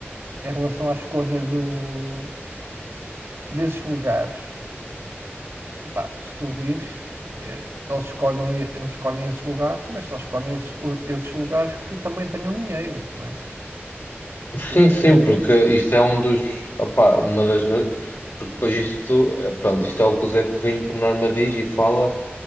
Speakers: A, on the right; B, on the left.
A: em relação à escolha do, desses lugares, epá, se tu vires, eh, eles escolhem, eles escolhem esses lugares, mas só escolhem esses, o- esses lugares que também tenham dinheiro, não é? O
B: Sim,
A: que,
B: sim, porque isto é um dos, opá, uma das, ra- porque depois isto, eh, pronto, isto é o que o Zé Povinho por norma diz e fala,